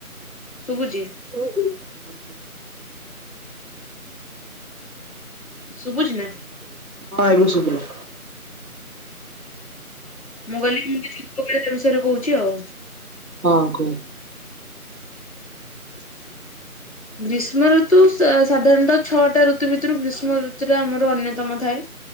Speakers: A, on the left; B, on the right.
A: ଶୁଭୁଚି।
B: <inaudible>
A: ଶୁଭୁଛି ନା
B: ହଁ ଏବେ ଶୁବିଲା।
A: ମୁଁ କହିଲି ମୁଁ କିଛି ଉପକାରିତା ବିଷୟରେ କହୁଚି ଆଉ।
B: ହଁ କୁହ।
A: <inaudible> ଗ୍ରୀଷ୍ମ ଋତୁ ସା- ସାଧାରଣତଃ ଛଅଟା ଋତୁ ଭିତରୁ ଗ୍ରୀଷ୍ମ ଋତୁ ଟା ଆମର ଅନ୍ୟତମ ଥାଏ।